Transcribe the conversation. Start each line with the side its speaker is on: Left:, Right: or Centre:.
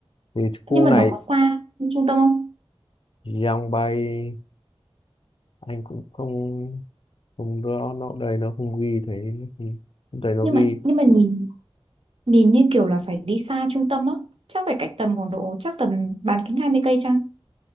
Left: thì khu
Right: nhưng mà
Left: này
Right: nó có xa trung tâm không
Left: Young bay anh cũng không không rõ nó đây nó không ghi thấy nó không, không thấy nó
Right: nhưng
Left: ghi
Right: mà nhưng mà nhìn nhìn như kiểu là phải đi xa trung tâm á chắc phải cách tầm khoảng độ chắc tầm bán kính 20 cây chăng